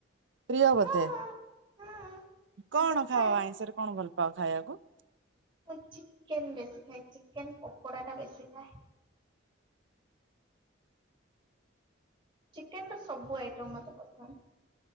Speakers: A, on the right; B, on the right.
A: ପ୍ରିୟ
B: ହଁ
A: ବୋଧେ?
B: ମୁଁ
A: କଣ
B: ତ ଖାଏ
A: ଖାଅ ଆଇଁଷରେ କଣ ଭଲ ପାଅ ଖାଇବାକୁ?
B: ମୁଁ ଚିକେନ ବେଶି ଖାଇ ଚିକେନ ପକୋଡ଼ା ଟା ବେଶି ଖାଏ। ଚିକେନର ସବୁ ଆଇଟମ୍ ମତେ ପସନ୍ଦ।